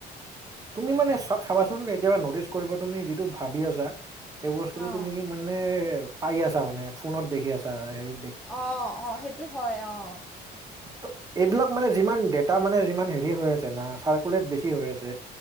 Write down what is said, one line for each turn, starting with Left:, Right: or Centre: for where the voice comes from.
Right: তুমি মানে চব চাবাচোন এতিয়াবা নটিচ কৰিব তুমি যিটো ভাবি আছা সেই বস্তুতটো
Centre: অঁ
Right: তুমি মানে পাই আছা মানে ফোনত দেখি আছা হেৰি
Centre: অ', অ', সেইটো হয় অ'।
Right: ত' এইবিলাক মানে যিমান ডেটা মানে যিমান হেৰি হৈ আছে না চাৰ্কুলেট বেছি হৈ আছে।